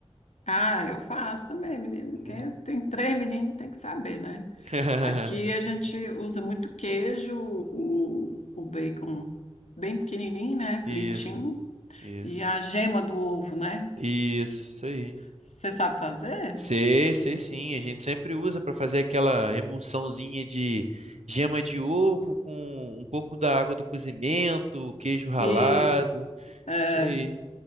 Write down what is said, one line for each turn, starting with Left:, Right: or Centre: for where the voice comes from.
Left: Ah, eu faço também, menino, porque
Right: Né?
Left: tem três meninos, tem que saber, né?
Right: <laughs>
Left: Aqui a gente usa muito queijo, o, o bacon bem pequenininho, né?
Right: Isso,
Left: Fritinho.
Right: isso.
Left: E a gema do ovo, né?
Right: Isso aí.
Left: Você sabe fazer?
Right: Sei, sei sim. A gente sempre usa para fazer aquela emulsãozinha de gema de ovo com um pouco da água do cozimento, queijo ralado.
Left: Isso. É,
Right: Isso aí.